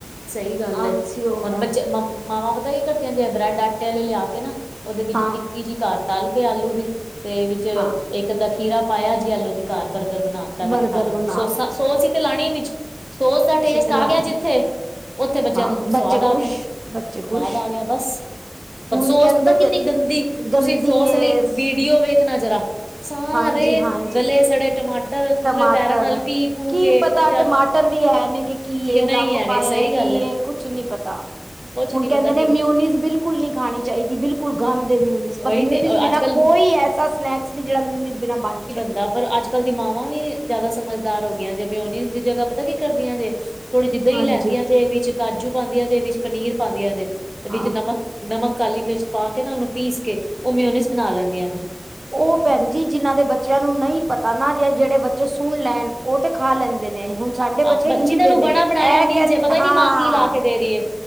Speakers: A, in the centre; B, on the right (about 70°).
A: ਸਹੀ ਗੱਲ
B: ਆਲਸੀ
A: ਹੈ,
B: ਹੋ ਗਿਆ
A: ਹੁਣ ਬੱਚੇ ਮ ਮਾਵਾ ਪ ਕਈ ਕਰਦੀਆਂ ਜੇ ਬ੍ਰੈਡ ਆਟੇ ਵਾਲੇ ਲਿਆ ਕੇ ਨਾ ਉਹਦੇ ਵਿੱਚ
B: ਹਾਂ
A: ਟਿੱਕੀ ਜਿਹੀ ਘਰ ਤਲ ਕੇ ਆਲੂ ਦੀ ਤੇ ਵਿੱਚ
B: ਹਾਂ
A: ਇੱਕ-ਅਦਾ ਖੀਰਾ ਪਾਇਆ ਜੀ ਏਲੋ ਜੀ ਘਰ ਬਰਗਰ ਬਣਾ ਦਿੱਤਾ ਮੈਂ
B: ਬਰਗਰ
A: ਖਾ ਲੋ।
B: ਬਣਾ
A: ਸੋਸਾ-ਸੋਸ ਹੀ ਤੇ ਲਾਣੀ ਵਿੱਚ ਸੋਸ ਦਾ ਟੇਸਟ
B: ਤੇ ਲਾਣੀ
A: ਆ ਗਿਆ ਜਿੱਥੇ ਉੱਥੇ ਬੱਚਿਆਂ
B: ਹਾਂ
A: ਨੂੰ ਸਵਾਦ
B: ਬੱਚੇ
A: ਆ
B: ਖੁਸ਼
A: ਗਿਆ-
B: ਬੱਚੇ ਖੁਸ਼
A: ਸਵਾਦ ਆ ਗਿਆ ਬਸ ਪਰ
B: ਹੁਣ
A: ਸੋਸ
B: ਕਹਿੰਦੇ
A: ਪਤਾ ਕਿੰਨੀ
B: ਤੇ
A: ਗੰਦੀ
B: ਗੰਦੀ
A: ਤੁਸੀਂ ਸੋਸ
B: ਏ
A: ਵਾਲੀ ਵੀਡੀਓ ਵੇਖਣਾ ਜਰਾ ਸਾਰੇ
B: ਹਾਂਜੀ ਹਾਂਜੀ
A: ਗਲੇ-ਸੜੇ ਟਮਾਟਰ ਪੂਰੇ
B: ਟਮਾਟਰ
A: ਪੈਰਾਂ ਨਾਲ ਪੀ ਪੂ
B: ਕੀ
A: ਕੇ
B: ਪਤਾ
A: ਫਿਰ ਜਾ
B: ਟਮਾਟਰ ਵੀ ਹੈ ਨੇ ਕਿ ਕੀ
A: ਠੀਕ
B: ਇਹ
A: ਨਹੀਂ
B: ਰੰਗ
A: ਹੈਗੇ
B: ਪਾਇਆ
A: ਸਹੀ
B: ਕੀ
A: ਗੱਲ ਹੈ
B: ਇਹ ਕੁਛ ਨਹੀ ਪਤਾ
A: ਕੁਛ
B: ਹੁਣ
A: ਨੀ
B: ਕਹਿੰਦੇ
A: ਪਤਾ ਕਿ
B: ਨੇ ਮਿਊਨਿਜ਼ ਬਿਲਕੁਲ ਨਹੀ ਖਾਣੀ ਚਾਹੀਦੀ ਬਿਲਕੁਲ ਗੰਦ ਮਿਊਨਿਜ਼
A: ਉਹੀ
B: ਪਰ ਮਿਊਨਿਜ਼
A: ਤੇ
B: ਬਿਨਾਂ
A: ਅੱਜ ਕੱਲ
B: ਕੋਈ ਐ ਏਸਾ ਸਨੈਕਸ ਜਿਹੜਾ ਮਿਊਨਿਜ਼ ਬਿਨਾਂ ਬਣ ਜਾਏ।
A: ਦਾ ਪਰ ਅੱਜ-ਕੱਲ੍ਹ ਦੀ ਮਾਵਾਂ ਵੀ ਜ਼ਿਆਦਾ ਸਮਝਦਾਰ ਹੋ ਗਈਆਂ ਜੇ ਮਿਊਨਿਜ ਦੀ ਜਗ੍ਹਾ ਪਤਾ ਕੀ ਕਰਦੀਆਂ ਜੇ ਥੋੜੀ ਜੀ ਦਹੀਂ
B: ਹਾਂਜੀ
A: ਲੈਂਦੀਆਂ ਜੇ ਵਿੱਚ ਕਾਜੂ ਪਾਉਂਦੀਆਂ ਜੇ, ਪਨੀਰ ਪਾਉਂਦੀਆਂ ਜੇ
B: ਹਾਂ
A: ਵਿੱਚ ਨਮਕ ਨਮਕ- ਕਾਲੀ ਮਿਰਚ ਪਾ ਕੇ ਨਾ ਉਹਨੂੰ ਪੀਸ ਕੇ ਉਹ ਮਿਊਨਿਜ਼ ਬਣਾ ਲੈਂਦੀਆਂ ਨੇ।
B: ਉਹ ਭੈਣ ਜੀ ਜਿਨਾਂ ਦੇ ਬੱਚਿਆਂ ਨੂੰ ਨਹੀਂ ਪਤਾ ਨਾ ਜੇ ਜਿਹੜੇ ਬੱਚੇ ਸੁਣ ਲੈਣ ਉਹ ਤੇ ਖਾ ਲੈਂਦੇ ਨੇ ਹੁਣ ਸਾਡੇ
A: ਆ
B: ਬੱਚੇ
A: ਬੱਚੀ
B: ਹਿੱਲ
A: ਤੁਹਨੂੰ
B: ਗਏ ਨੇ
A: ਬਣਾ-
B: ਇਹ
A: ਬਣਾਇਆ ਮਿਲ
B: ਕਹਿੰਦੇ
A: ਜੈ ਪਤਾ
B: ਹਾਂ
A: ਨੀ ਮਾਂ ਕੀ ਲਾਕੇ ਦੇ ਰਹੀ ਹੈ।